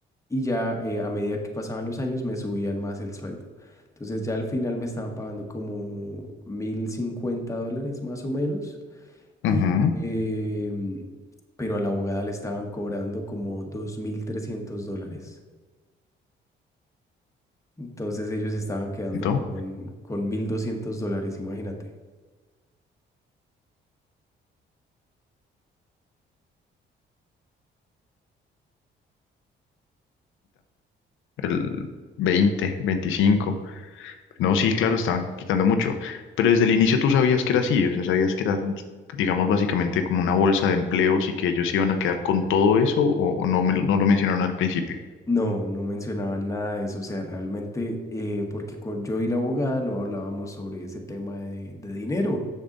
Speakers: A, on the left; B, on the left.
A: y ya eh, a medida que pasaban los años me subían más el sueldo. Entonces ya al final me estaban pagando como 1.050 dólares más o menos.
B: ujú.
A: Y, em, pero a la abogada le estaban cobrando como 2.300 dólares. Entonces ellos estaban quedando
B: Entonces,
A: con, con 1.200 dólares, imagínate.
B: el 20, veinticinco, No, sí, claro, estaban quitando mucho, pero desde el inicio tú sabías que era así, o sea, sabías que era, digamos, básicamente como una bolsa de empleos y que ellos iban a quedar con todo eso o, o no, me, lo- no lo mencionaron al principio.
A: No, no mencionaban nada de eso, o sea, realmente, eh, porque con- yo y la abogada no hablábamos sobre ese tema de, de dinero.